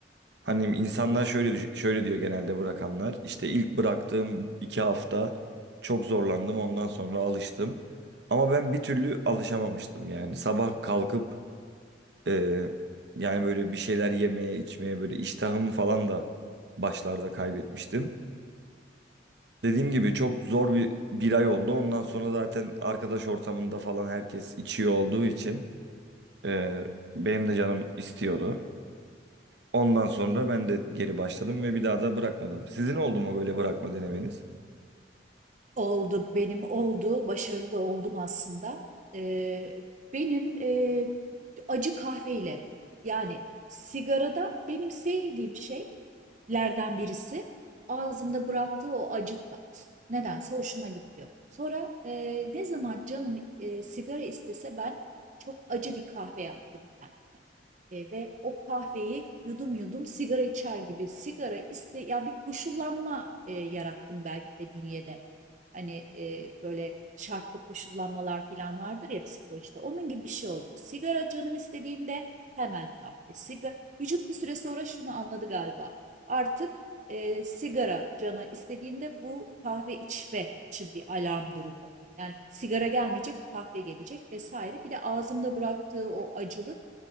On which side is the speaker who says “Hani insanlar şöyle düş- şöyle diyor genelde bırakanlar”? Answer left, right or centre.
Right